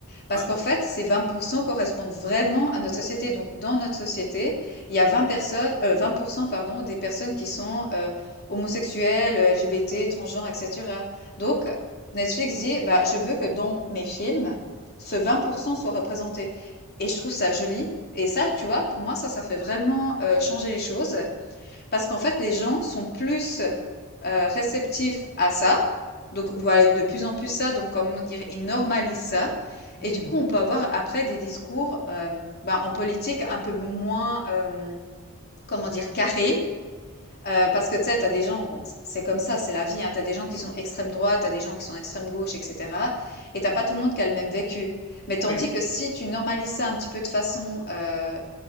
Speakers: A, on the left; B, on the left.
A: Parce
B: Ah,
A: qu'en
B: ouais.
A: fait, ces 20% correspondent vraiment à notre société. Donc, dans notre société, il y a 20 personnes, euh, 20% pardon, des personnes qui sont euh, homosexuelles, LGBT, transgenres, etc. Donc, Netflix dit, bah, je veux que dans mes films, ce 20% soit représenté. Et je trouve ça joli. Et ça, tu vois, pour moi, ça, ça fait vraiment euh, changer les choses. Parce qu'en fait, les gens sont plus euh, réceptifs à ça. Donc, voilà, de plus en plus ça. Donc, comment dire, ils normalisent ça.
B: hmm,
A: Et du coup, on peut avoir après des discours euh, bah, en politique un peu moins, euh, comment dire, carrés. Euh, parce que tu sais, t'as des gens, bon, c- c'est comme ça, c'est la vie, hein, t'as des gens qui sont extrême droite, t'as des gens qui sont extrême gauche, etc. Et t'as pas tout le monde qui a le même vécu. Mais
B: ouais.
A: tandis que si tu normalises ça un petit peu de façon euh,